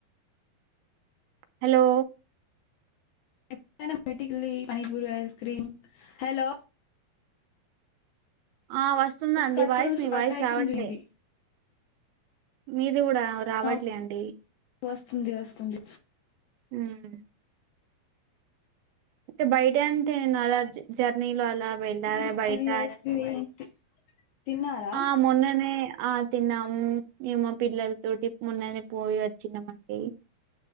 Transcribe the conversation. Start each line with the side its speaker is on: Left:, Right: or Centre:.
Right: హలో
Left: <unintelligible> పానిపూరు ఐస్ క్రీమ్ హలో
Right: ఆ వస్తుంద అండి
Left: కట్
Right: వాయిస్ నీ
Left: కట్
Right: వాయిస్
Left: అయితుంది
Right: రావట్లే
Left: ఇది
Right: మీ మీది కూడా రావట్లే
Left: ఆ
Right: అండి
Left: వస్తుంది వస్తుంది
Right: హ్మ్మ్ అంటే బయట అంటే నేను అలా జర్నీలో అలా వెళ్ళారా
Left: మళ్ళీ
Right: బయట
Left: పూరి ఐస్ క్రీమ్ తిన్నారా
Right: ఆ మొన్ననే ఆ తిన్నాము మేము మా పిల్లల తోటి మొన్ననే పోయి వచ్చినమండి